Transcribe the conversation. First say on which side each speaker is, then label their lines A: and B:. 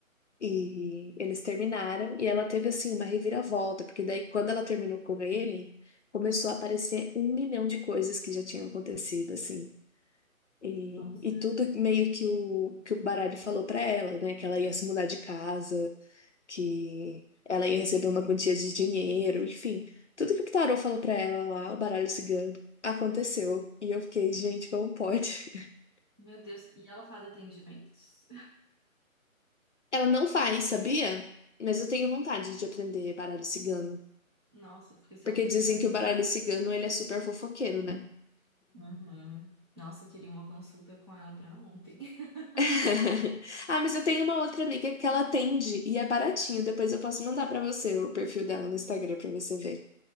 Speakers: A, on the left; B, on the right.
A: E eles terminaram e ela teve assim uma reviravolta, porque daí quando ela terminou com ele, começou a aparecer um milhão de coisas que já tinham acontecido assim. E,
B: Nossa.
A: e tudo meio que o que o baralho falou pra ela, né, que ela ia se mudar de casa, que ela ia receber uma quantia de dinheiro, enfim, tudo que o tarô falou pra ela lá, o baralho cigano, aconteceu. E eu fiquei, gente, como pode? <laughs>
B: Meu Deus. E ela faz atendimentos?
A: Ela não faz, sabia? Mas eu tenho vontade de aprender baralho cigano.
B: Nossa, porque se
A: Porque
B: ela fizesse,
A: dizem que o baralho
B: eu...
A: cigano, ele é super fofoqueiro, né?
B: Uhum. Nossa, eu queria uma consulta com ela pra ontem. <laughs>
A: <laughs> Ah, mas eu tenho uma outra amiga que ela atende e é baratinho. Depois eu posso mandar pra você o perfil dela no Instagram pra você ver.